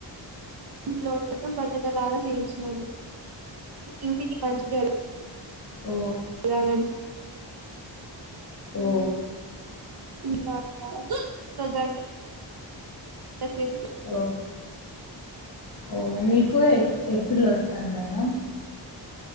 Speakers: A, on the right; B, on the left.
A: ఇంట్లో భజన లాగా చేయించినాము ఇంటికి మంచిదని
B: ఓ
A: జరగాలని
B: ఓ
A: <unintelligible>
B: ఓ ఓ మీకు ఎక్కిళ్ళు వస్తున్నాయా